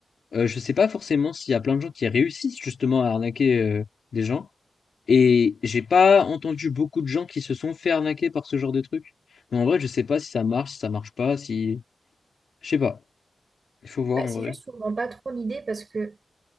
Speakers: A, on the left; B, on the right.
A: Euh, je sais pas forcément s'il y a plein de gens qui réussissent justement à arnaquer euh, des gens. Et j'ai pas entendu beaucoup de gens qui se sont fait arnaquer par ce genre de truc. Mais en vrai, je sais pas si ça marche, si ça marche pas, si. Je sais pas. Il faut voir
B: Bah,
A: en
B: c'est
A: vrai.
B: juste qu'on vend pas trop l'idée parce que